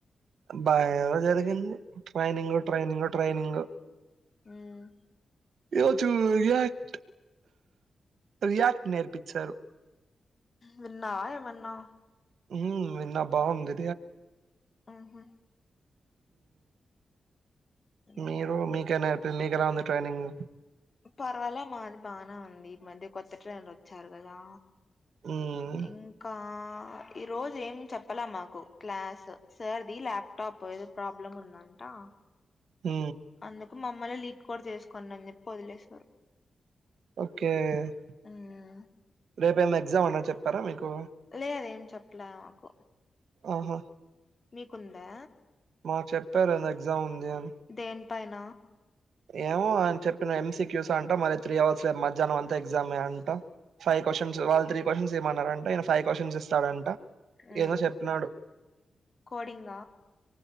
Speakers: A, on the right (about 80°); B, on the left (about 45°).
A: బేగా జరిగింది ట్రైనింగ్ ట్రైనింగ్ ట్రైనింగ్
B: ఊమ్
A: ఈ రోజు రియాక్ట్ రియాక్ట్ నేర్పించారు
B: విన్నావ ఏమన్నా
A: ఉ నిన్న బాగుంది
B: ఆహా ఉమ్.
A: మీరు మీకైనా మీకెలా ఉంది ట్రైనింగ్
B: పర్వాల మాది బానే ఉంది ఈ మధ్య కొత్త ట్రైన్లు వచ్చారు కదా
A: హ్మ్.
B: ఇం క ఈ రోజు ఏం చెప్పల మాకు క్లాస్ సార్ది ల్యాప్టాప్ ఏదో ప్రాబ్లమ్ ఉంద అంటా
A: హ
B: అందుకు మమ్మల్ లీడ్ కూడ్ చేసుకుని అని చెప్పి వదిలేశారు
A: ఓకే
B: ఉమ్
A: <inaudible> రేపు ఏనా ఎగ్జామ్ ఉన్న చెప్పారా మీకు
B: లేదేం చెప్పలే మాకు
A: ఆహో
B: మీకుందా
A: మాకు చెప్పారు ఏదో ఎగ్జామ్ ఉంది అని
B: దేనిపైన
A: ఏమో ఆయన చెప్పిన ఎంసీ క్యూస్ అంట మరి త్రీ అవర్స్ లే మధ్యానం అంతా ఎగ్జామే అంట ఫైవ్ క్వశ్చన్స్ వాళ్ళు త్రీ క్వశ్చన్స్ ఈమన్నారంట ఈయన ఫైవ్ క్వశ్చన్స్ ఇస్తాడంట
B: ఉ
A: ఏదో చెప్పినాడు.
B: <inaudible> కోడింగ